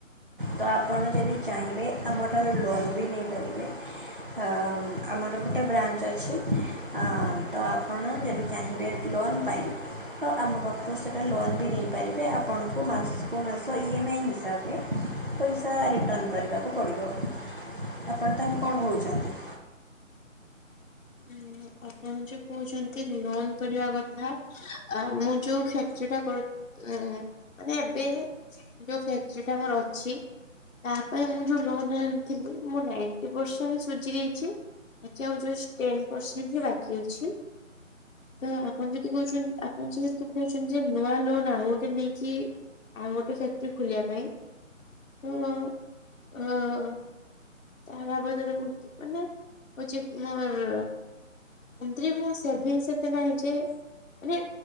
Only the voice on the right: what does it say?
ତ ଆପଣ ଯଦି ଚାହିଁବେ ଆମଠାରୁ ଲୋନ୍ ବି ନେଇପାରିବେ। ଅ ଆମର ଗୋଟେ ବ୍ରାଞ୍ଚ ଅଛି ଆ ତ ଆପଣ ଯଦି ଚାହିଁବେ ଲୋନ୍ ପାଇଁ ତ ଆମ ପାଖରୁ ସେଇଟା ଲୋନ୍ ବି ନେଇପାରିବେ ଆପଣଙ୍କୁ ମାସକୁ ମାସ ଇ ଏମ୍ ଆଇ ହିସାବରେ ପଇସା ରିଟର୍ନ କରିବାକୁ ପଡ଼ିବ ଆପଣ ତାହେଲେ କଣ କହୁଚନ୍ତି?